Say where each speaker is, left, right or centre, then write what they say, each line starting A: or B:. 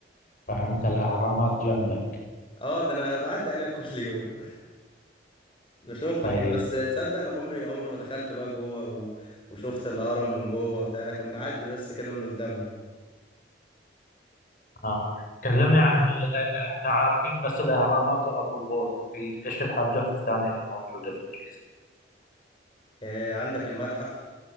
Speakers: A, on the left; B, on the left.
A: فأنت الأهرامات جنبك
B: اه ده انا بعدي عليها كل يوم <laughs> بشوفها
A: طيب
B: كده بس تصدق انا عمري عمري ما دخلت بقى جوه و... وشفت الهرم من جوه وبتاع لكن بعدي بس كده من قدامهم
A: ها كلمني عن ال- أ- إحنا عارفين بس الأهرامات وأبو الهول في إيش الحاجات الثانية اللي موجودة في الجيزة
B: آه عندك المتحف